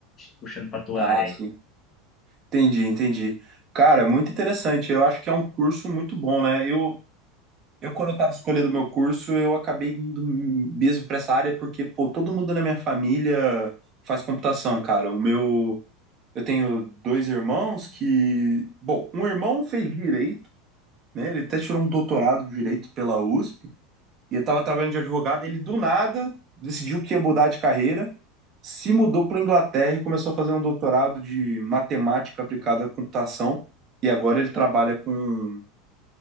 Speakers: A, on the left; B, on the right.
A: Puxando para a tua
B: Ah,
A: área aí.
B: sim. Entendi, entendi. Cara, muito interessante. Eu acho que é um curso muito bom, né? Eu, eu quando eu estava escolhendo meu curso, eu acabei indo mesmo para essa área porque, pô, todo mundo na minha família faz computação, cara. O meu, eu tenho dois irmãos que, bom, um irmão fez direito, né? Ele até tirou um doutorado de direito pela USP. E eu estava trabalhando de advogado, ele do nada decidiu que ia mudar de carreira, se mudou para Inglaterra e começou a fazer um doutorado de matemática aplicada à computação. E agora ele trabalha com,